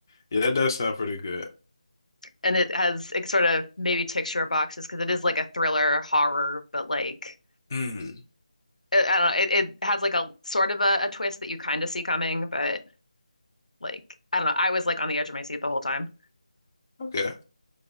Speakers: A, on the left; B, on the left.
A: Yeah, that does sound pretty good.
B: And it has it sort of maybe ticks your boxes because it is like a thriller horror, but like
A: Mm,
B: I I don't know. It, it has like a sort of a, a twist that you kind of see coming, but like I don't know. I was like on the edge of my seat the whole time.
A: okay.